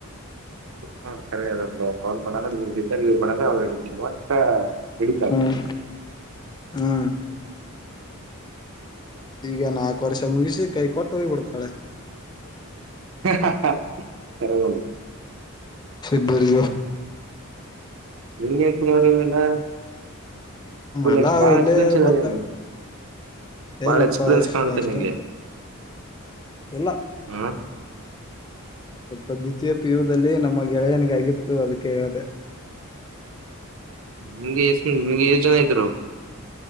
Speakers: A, on the right; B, on the left.
A: ಹ್ಮ ಕರೆ ಅದ ಬಿಡೋ ಅವನ <unintelligible> ಅವರ <unintelligible> <unintelligible> ಅವರ ಹಿಡೀತಾರ ವಟ್ಟ ಹಿಡಿತಾರ.
B: ಹ್ಮ್ ಹ್ಮ್ ಈಗ ನಾಲ್ಕು ವರ್ಷ ಮುಗಿಸಿ ಕೈ ಕೊಟ್ಟು ಹೋಗ್ಬಿಡ್ತಾಳೆ.
A: <unintelligible> ಕರೆಗು <unintelligible>
B: ಸಿ ಬರಿಗೂ.
A: ನಿಂಗ ಹೆಂಗ ಕುನಾ ಅದಾವ್ ಇವ ಎಲ್ಲಾ <unintelligible>
B: ಎಲ್ಲಾ
A: ಬಾಳ
B: ಇಲ್ಲೇ
A: ಎಕ್ಸ್ಪೀರಿಯೆನ್ಸ್ ಅದಾವ
B: ಗೊತ್ತಾಗತ್ತೆ
A: ನಿಂಗ. ಬಾಳ
B: ಇಲ್ಲಪ್ಪಾ
A: ಎಕ್ಸ್ಪೀರಿಯನ್ಸ್
B: ಇಷ್ಟ
A: ಕಾಣ್ತೀ
B: ಅಷ್ಟೊಂದು
A: ನಿಂಗೆ
B: ಇಲ್ಲ
A: ಹ್ಮ.
B: ಸ್ವಲ್ಪ ದ್ವಿತೀಯ ಪಿಯುದಲ್ಲಿ ನಮ್ಮ ಗೆಳೆಯನಗ ಆಗಿತ್ತು ಅದಕ್ಕೆ ಹೇಳದೆ.
A: ನಿಮಗೆ ಎಷ್ಟ ನಿಮ್ಗೆ ಎಷ್ಟ ಜನ ಇದ್ದರು.